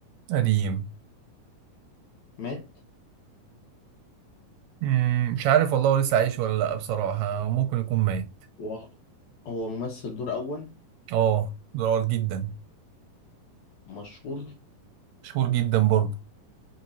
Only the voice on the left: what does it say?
مات
و- هو ممثل دور أول
مشهور